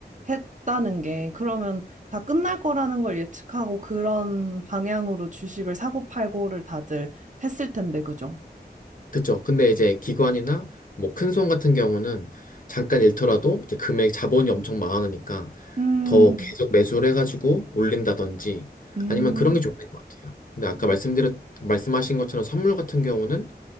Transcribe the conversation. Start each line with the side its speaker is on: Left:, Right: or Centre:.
Right: 했다는 게, 그러면 다 끝날 거라는 걸 예측하고 그런 방향으로 주식을 사고 팔고를 다들 했을 텐데, 그죠?
Left: 그쵸? 근데 이제 기관이나 뭐 큰손 같은 경우는 잠깐 잃더라도 이제 금액 자본이 엄청 많으니까
Right: 음,
Left: 더 계속 매수를 해가지고 올린다든지
Right: 음,
Left: 아니면 그런 게 좀 있는 것 같아요. 근데 아까
Right: 음.
Left: 말씀드렸, 말씀하신 것처럼 선물 같은 경우는